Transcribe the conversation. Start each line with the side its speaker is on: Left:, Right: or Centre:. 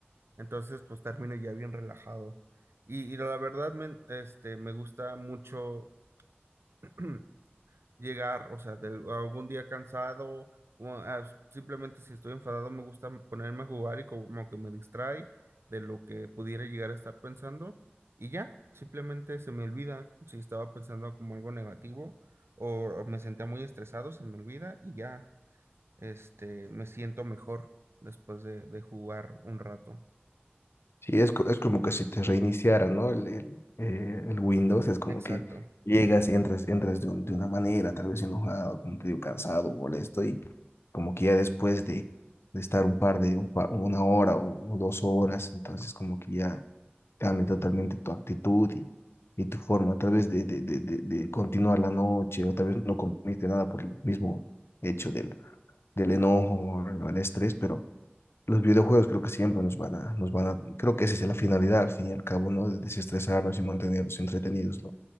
Right: Entonces, pues termino ya bien relajado. Y, y la verdad, me, este, me gusta mucho <clears throat> llegar, o sea, de algún día cansado, o ah, s- simplemente si estoy enfadado me gusta m- ponerme a jugar y como que me distrae de lo que pudiera llegar a estar pensando y ya, simplemente se me olvida si estaba pensando como algo negativo o, o me sentía muy estresado, se me olvida y ya, este, me siento mejor después de, de jugar un rato.
Left: Sí, es, co- es como que si te reiniciara, ¿no? El, el, eh, el Windows es como
Right: Exacto,
Left: que llegas, entras, entras de, un- de una manera, tal vez enojado, como te digo, cansado, molesto y como que ya después de, de estar un par de, un pa- una hora o o dos horas, entonces como que ya cambia totalmente tu actitud y, y tu forma, tal vez de, de, de, de, de continuar la noche, o tal vez no comiste nada por el mismo hecho del, del enojo, o el estrés, pero los videojuegos creo que siempre nos van a, nos van a, creo que esa es la finalidad al fin y al cabo, ¿no? De desestresarnos y mantenernos entretenidos lo